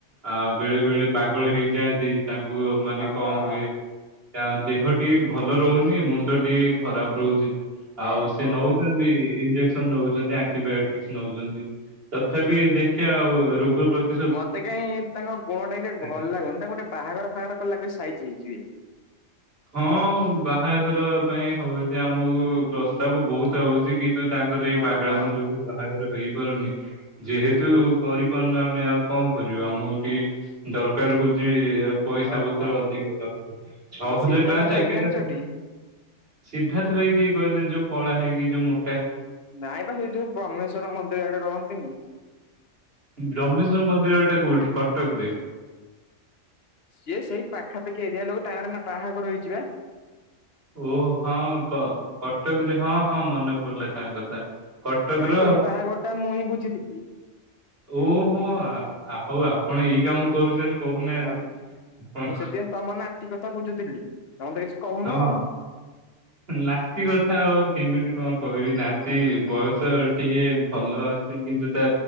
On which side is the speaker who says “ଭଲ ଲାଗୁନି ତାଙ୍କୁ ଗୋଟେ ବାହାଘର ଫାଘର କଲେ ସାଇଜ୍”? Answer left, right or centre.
Left